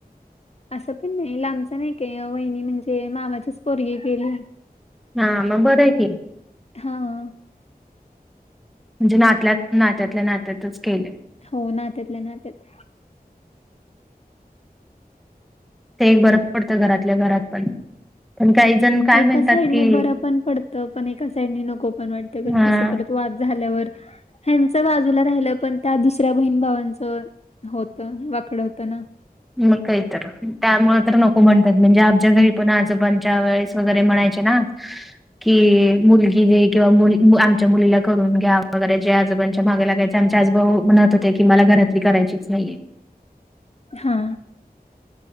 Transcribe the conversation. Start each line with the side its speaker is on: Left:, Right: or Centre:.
Left: असं पण नाही लांबचं नाही काई. वहिणी म्हणजे मामाचीच पोगी केलीए.
Centre: हा. म बरं ए की.
Left: हा हा.
Centre: म्हणजे नातल्यात नात्यातल्या नात्यातच केली.
Left: हो नात्यातल्या नात्यात
Centre: ते एक बरफ पडतं घरातल्या घरात पण. पण काही जण काय
Left: एका
Centre: म्हणतात
Left: साईडने
Centre: की
Left: बरं पण पडतं. पण एका साईडने नको पण वाटतं कारण
Centre: हा.
Left: कस परत वाद झाल्यावर, ह्यांच बाजूला राहिलं पण त्या दुसऱ्या बहीण भावांचं हो त, वाकड होतं ना.
Centre: म काई तर, त्यामुळं तर नको म्हणतात म्हणजे आमच्या घरी पण आजोबांच्या वेळेस वगरे म्हणायचे ना. कि मुलगी दे किंवा आमच्या मुलीला करून घ्या. वगैरे जे आजोबांच्या मागे लागायचे आमचे आज भाऊ म्हणत होते की, मला घरातली करायचीच नाहीये.
Left: हा